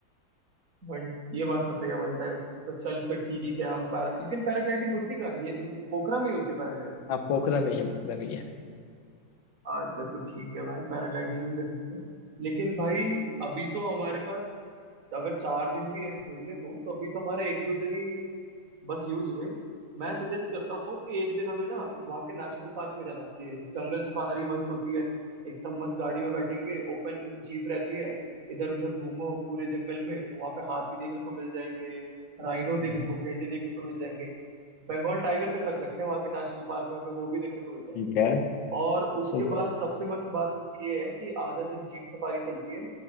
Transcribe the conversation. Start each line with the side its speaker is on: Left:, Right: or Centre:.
Right: वन ये बात तो सही है वन टाइम एक्सपीरियंस। तो चल फिर ठीक है हम पैरा लेकिन पैराग्लाइडिंग होती कहाँ है? ये तो मुझे पोखरा में ही होती है पैराग्लाइडिंग
Left: आप पोखरा में ही है पोखरा में ही है
Right: अच्छा तो ठीक है भाई पैराग्लाइडिंग भी कर लेंगे लेकिन भाई अभी तो हमारे पास अगर चार दिन भी हैं घूमने को तो अभी तो हमारा एक दो दिन ही बस यूज हुए मैं सजेस्ट करता हूँ कि एक दिन हमें ना वहाँ के नेशनल पार्क में जाना चाहिए जंगल सफारी मस्त होती है एकदम मस्त गाड़ी में बैठेंगे ओपन जीप रहती है इधर उधर घूमो पूरे जंगल में वहाँ पे हाथी देखने को मिल जाएंगे राइनो
Left: हम्म
Right: देखने को गेंडे देखने को मिल जाएंगे बंगाल टाइगर तक रख रखे हैं वहाँ के नेशनल पार्क में हमें वो भी देखने को मिल जाएंगे
Left: ठीक है
Right: और उसके
Left: तो
Right: बाद सबसे मस्त बात उसकी ये है कि आधा दिन जीप सफारी चलती है